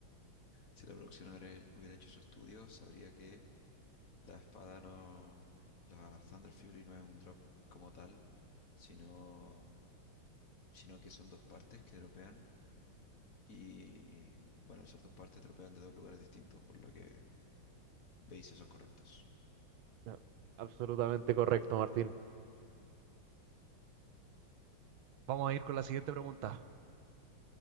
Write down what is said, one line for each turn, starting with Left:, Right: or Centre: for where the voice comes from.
Left: si la producción hubiera hubiera hecho su estudio, sabría que La espada no. La Thunder Fury no es un drop como tal, sino, sino que son dos partes que dropean. Y bueno, al ser dos partes, dropean de dos lugares distintos, por lo que bases son correctos.
Right: No, Absolutamente correcto, Martín. Vamos a ir con la siguiente pregunta.